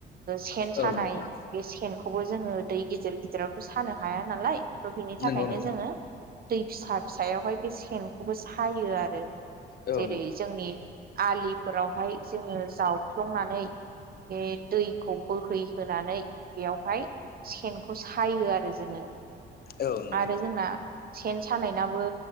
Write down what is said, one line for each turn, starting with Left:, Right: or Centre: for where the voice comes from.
Right: सेन सानाय
Left: औ नोंथां
Right: बे सेनखौबो जोङो दै गिदिर गिदिरावथ' सानो हाया नालाय थ' बिनि थाखायनो
Left: नंगौ नोंथां
Right: जोङो दै फिसा फिसायावहाय बे सेनखौबो सायो आरो
Left: औ
Right: जेरै
Left: नोंथां
Right: जोंनि आलिफोरावहाय जोङो जावफ्लंनानै बे दैखौ बोहैहोनानै बेयावहाय सेनखौ सायो आरो जोङो
Left: औ नोंथां
Right: आरो जोंना सेन सानायनाबो